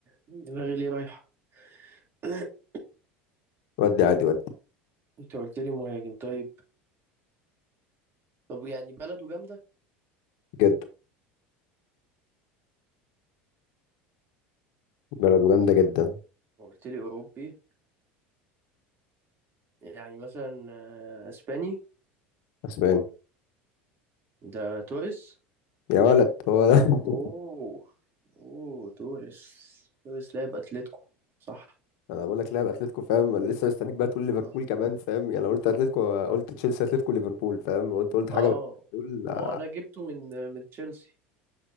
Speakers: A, on the right; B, on the left.
A: دماغي ليه رايحة <coughs>
B: ودي عادي ودي
A: أنت قلت لي مهاجم طيب طب يعني بلده جامدة
B: جد بلده جامده جدا
A: قلت لي أوروبي يعني مثلا آه، أسباني
B: اسباني
A: ده توريس
B: يا ولد هو ده <laughs>
A: أوه أوه توريس توريس لاعب أتلتيكو صح
B: انا بقول لك لاعب اتلتيكو فاهم انا لسه مستنيك بقى تقول ليفربول
A: اه
B: كمان فاهم يعني لو قلت اتلتيكو قلت تشيلسي اتلتيكو ليفربول فاهم وانت قلت
A: اه
B: حاجه بتقول آه،
A: ما انا جبته من آه، من تشيلسي